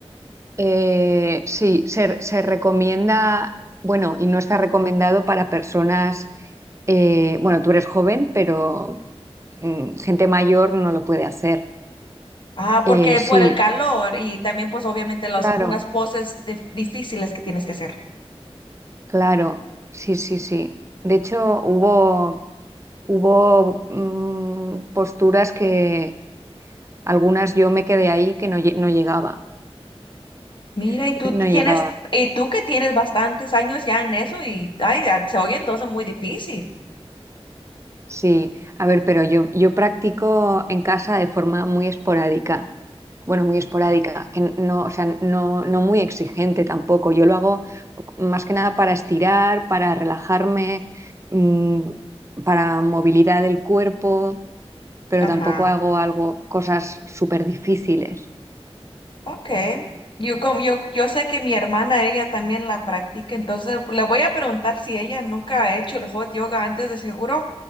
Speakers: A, on the right (about 25°); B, on the left (about 50°).
A: Eh, sí, se, se recomienda, bueno, y no está recomendado para personas, eh, bueno, tú eres joven, pero mm, gente mayor no lo puede hacer.
B: Ah, porque
A: Eh, sí,
B: por el calor y también pues obviamente las
A: claro,
B: unas poses dif- difíciles que tienes que hacer.
A: claro, sí, sí, sí. De hecho, hubo, hubo mm, posturas que algunas yo me quedé ahí que no, lle- no llegaba,
B: Mira,
A: <laughs>
B: y tú
A: no
B: tienes,
A: llegaba.
B: y tú que tienes bastantes años ya en eso y ay, ya, se oye entonces muy difícil.
A: Sí, a ver, pero yo, yo practico en casa de forma muy esporádica. bueno, muy esporádica, que no, o sea, no, no muy exigente tampoco. Yo lo hago más que nada para estirar, para relajarme, mm, para movilidad del cuerpo, pero
B: Ajá.
A: tampoco hago algo, cosas súper difíciles.
B: Okay. Yo, como, yo, yo sé que mi hermana, ella también la practica, entonces le voy a preguntar si ella nunca ha hecho el hot yoga antes de seguro,